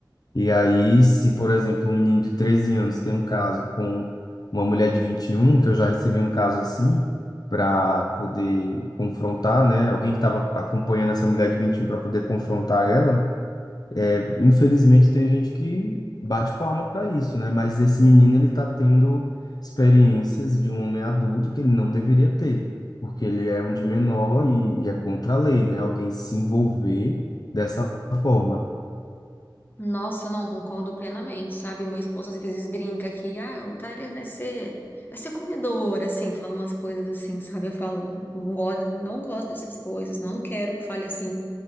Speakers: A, on the left; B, on the left.
A: E aí, se, por exemplo, um menino de 13 anos tem um caso com uma mulher de vinte e um que eu já recebi um caso assim, para poder confrontar, né? Alguém que estava acompanhando essa mulher de 21 para poder confrontar ela. É, infelizmente, tem gente que bate palma para isso, né? Mas esse menino, ele tá tendo experiências de um homem adulto que ele não deveria ter, porque ele é um de menor e, e é contra a lei, né? Alguém se envolver dessa forma.
B: Nossa, não, concordo plenamente, sabe? Meu esposo às vezes brinca que, ah, o Tyler vai ser, vai ser comedor, assim, fala umas coisas assim, sabe? Eu falo, não gosto, não gosto dessas coisas, não quero que fale assim.